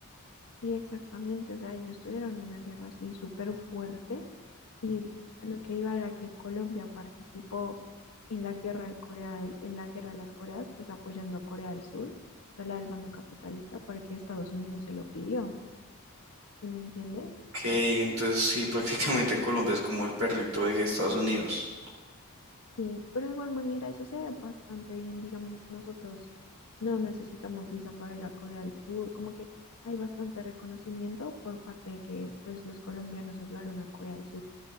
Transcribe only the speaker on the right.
Ok, entonces sí, <laughs> prácticamente Colombia es como el perrito de Estados Unidos.